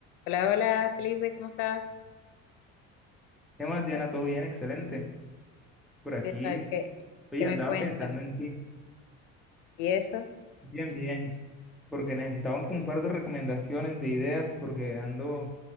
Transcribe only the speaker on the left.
Hola, hola Felipe, ¿cómo estás?
¿Qué tal? ¿Qué,
qué me
cuentas?
¿Y eso